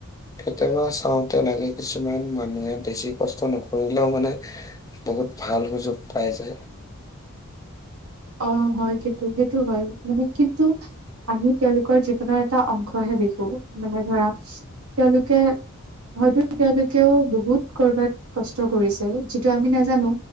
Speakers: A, on the left (about 15°); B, on the right (about 70°).
A: কেতিয়াবা চাওতে লাগে কিছুমান মানুহে বেছি কষ্ট নকৰিলেও মানে বহুত ভাল সুযোগ পাই যায়।
B: অ হয় কিন্তু সেইটো হয় মানে কিন্তু আমি তেওঁলোকৰ জীৱনৰ এটা অংশহে দেখো মানে ধৰা তেওঁলোকে হয়তো তেওঁলোকেও বহুত কৰবাত কষ্ট কৰিছে, যিটো আমি নাজানো